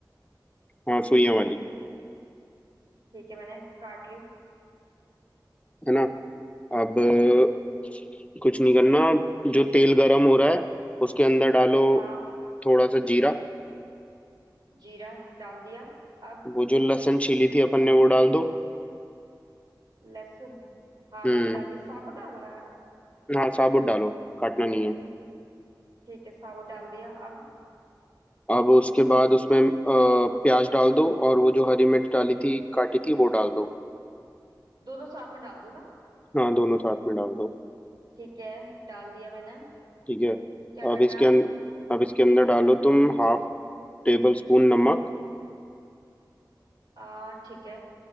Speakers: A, on the left (about 15°); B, on the right (about 85°).
A: हाँ सुइयां वाली
B: ठीक है मैंने काट ली
A: है ना अब अ, कुछ नहीं करना जो तेल गरम हो रहा है उसके अंदर डालो
B: हाँ
A: थोड़ा सा जीरा
B: जीरा डाल दिया अब
A: वो जो लहसुन छीली थी अपन ने वो डाल दो
B: लहसुन हाँ
A: हम्म
B: वो भी डाल दिया साबुत डालना है
A: हाँ साबुत डालो काटना नहीं है
B: ठीक है साबुत डाल दिया अब
A: अब उसके बाद उसमें अ, प्याज डाल दो और वो जो हरी मिर्च डाली थी काटी थी वो डाल दो
B: दोनों साथ में डाल दूं ना
A: हाँ दोनों साथ में डाल दो
B: ठीक है डाल दिया मैंने
A: ठीक है
B: क्या करना
A: अब इसके
B: है अब
A: अं, अब इसके अंदर डालो तुम हाफ टेबल स्पून नमक
B: आ ठीक है